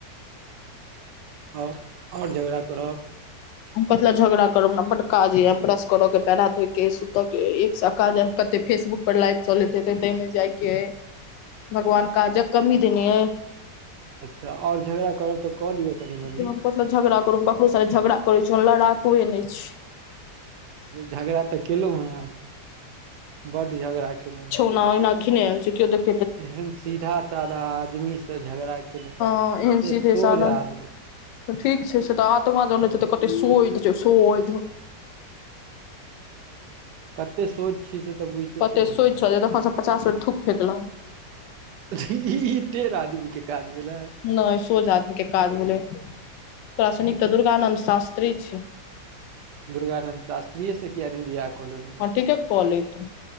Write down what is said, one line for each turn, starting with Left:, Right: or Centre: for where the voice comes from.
Right: आओर आओर झगड़ा करब
Left: हम कथि ल झगड़ा करब हमरा बड काज य ब्रश करे के पेड़ा हाथ धोई के सुत के एक सै काज कते फेसबुक पर लाइभ चलेत हेते ताहि जाइके हइ
Right: <inaudible>
Left: भगवान काजके कमी देने अय
Right: अच्छा आओर झगड़ा करब तऽ कऽ लिअ कनि मनि
Left: हम कथी झगड़ा करू ककरो सने झगड़ा करय छी ओहन लड़ाकुए नहि छी
Right: झगड़ा तऽ केलहुँ हँ बड् झगड़ा केलहुँ हँ
Left: न ओहिना घिनाल छै केओ देख
Right: एहेन सीधा साधा आदमी से झगड़ा केलो हें
Left: हँ एहन
Right: एते
Left: सीधे
Right: सोझ
Left: साधन
Right: आदमी
Left: ठीक छै से तऽ आत्मा जान छै तऽ कते सोध छै सोध
Right: कते शोध छियै से तऽ बुझते
Left: कते
Right: हेबैह
Left: सोइत छल तखन से पचास बेर थूक फेकलक
Right: ई टेढ़ आदमी के काज भेले
Left: नहि सोझ आदमी के काज भेलै तोरा सनिक तऽ दुर्गानंद शास्त्री छय
Right: दुर्गानन्द शास्तीयसँ कियाने बिआह क लेलहूँ
Left: हँ ठीके कले तू